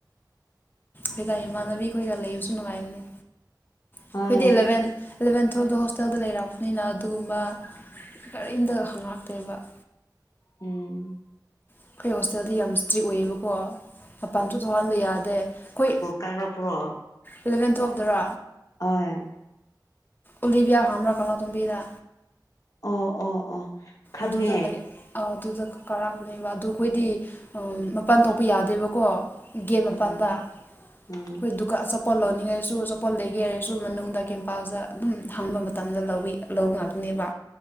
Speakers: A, on the left; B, on the left.
A: ꯍꯣꯏꯗꯥ ꯏꯃꯥꯟꯅꯕꯤ ꯑꯩꯈꯣꯏꯒ ꯂꯩꯕꯁꯨ ꯅꯨꯡꯉꯥꯏꯕꯅꯦ
B: ꯍꯣꯏ
A: ꯑꯩꯈꯣꯏꯗꯤ ꯑꯦꯂꯕꯦꯟ ꯑꯦꯂꯚꯦꯟ ꯇꯨꯌꯦꯜꯇ ꯍꯣꯁ ꯍꯣꯁꯇꯦꯜꯗ ꯂꯩꯔꯛꯄꯅꯤꯅ ꯑꯗꯨꯒꯨꯝꯕ ꯀꯔꯤꯝꯇ ꯍꯉꯛꯇꯦꯕ
B: ꯎꯝ
A: ꯑꯩꯈꯣꯏ ꯍꯣꯁꯇꯦꯜꯗꯤ ꯌꯥꯝ ꯏꯁꯇ꯭ꯔꯤꯛ ꯑꯣꯏꯌꯦꯕꯀꯣ ꯃꯄꯥꯟꯁꯨ ꯊꯣꯛꯍꯟꯕ ꯌꯥꯗꯦ ꯑꯩꯈꯣꯏ
B: ꯇꯥꯔꯛꯄ꯭ꯔꯣ
A: ꯏꯂꯚꯦꯟ ꯇꯦꯌꯦꯕ ꯗꯔꯣ
B: ꯍꯣꯏ
A: ꯎꯂꯤꯕꯤꯌꯥ ꯈꯪꯕ꯭ꯔꯥ ꯀꯪꯂꯥ ꯇꯣꯝꯕꯤꯗ
B: ꯑꯣ ꯑꯣ ꯑꯣ ꯈꯪꯉꯦ
A: ꯑꯗꯨꯗ ꯂꯩ ꯑ ꯑꯗꯨꯗ ꯀꯥꯔꯛꯄꯅꯦꯕ ꯑꯗꯨ ꯑꯩꯈꯣꯏꯗꯤ ꯃꯄꯥꯟ ꯊꯣꯛꯄ ꯌꯥꯗꯦꯕꯀꯣ ꯒꯦꯠ ꯃꯄꯥꯟꯗ
B: ꯎꯝ
A: ꯑꯩꯈꯣꯏ
B: ꯎꯝ
A: ꯗꯨ ꯑꯆꯥꯄꯣꯠ ꯂꯧꯅꯤꯡꯉꯥꯏꯁꯨ ꯑꯆꯥꯄꯣꯠ ꯂꯩꯒꯦ ꯍꯥꯏꯔꯁꯨ ꯃꯅꯨꯡꯗ ꯀꯦꯝꯄꯥꯁꯇ ꯑꯗꯨꯝ ꯍꯥꯡꯕ ꯃꯇꯝꯗ ꯂꯧꯏ ꯂꯧꯕ ꯉꯥꯛꯇꯅꯦꯕ